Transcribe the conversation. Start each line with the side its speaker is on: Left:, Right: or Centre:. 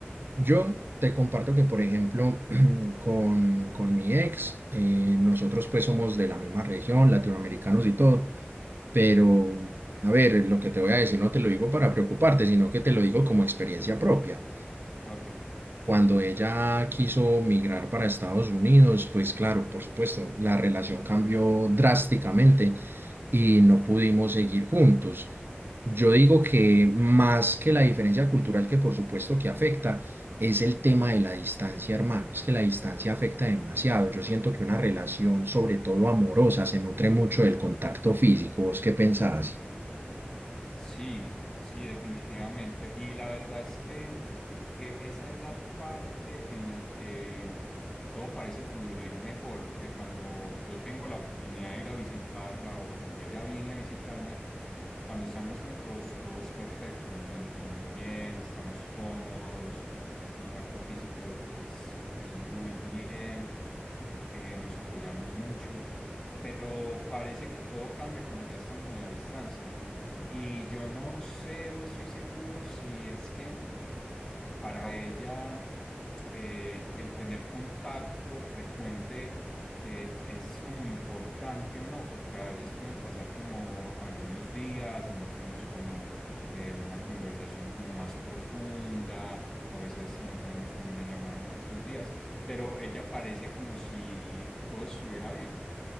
Right: Yo te comparto que, por ejemplo, <clears throat> con, con mi ex, eh, nosotros pues somos de la misma región, latinoamericanos y todo, pero a ver, lo que te voy a decir no te lo digo para preocuparte, sino que te lo digo como experiencia propia.
Left: Ok.
Right: Cuando ella quiso migrar para Estados Unidos, pues claro, por supuesto, la relación cambió drásticamente y no pudimos seguir juntos. Yo digo que más que la diferencia cultural que por supuesto que afecta, es el tema de la distancia, hermano. Es que la distancia afecta demasiado. Yo siento que una relación, sobre todo amorosa, se nutre mucho del contacto físico. ¿Vos qué pensás?
Left: Sí, sí, definitivamente. Y la verdad es que eh, esa es la parte en la que todo parece fluir mejor, porque cuando yo tengo la oportunidad de ir a visitarla o cuando ella viene a visitarme, cuando estamos juntos todo es perfecto, nos sentimos bien, estamos cómodos, el contacto físico es, es muy bien eh, nos apoyamos mucho, pero parece que todo cambia cuando ya estamos en la distancia. Y yo no sé o estoy seguro si es que para ella eh, el tener contacto frecuente eh, es como importante o no, porque a veces pueden pasar como algunos días y no tenemos como eh, una conversación como más profunda, a veces no tenemos como una llamada en muchos días, pero ella parece como si todo estuviera bien,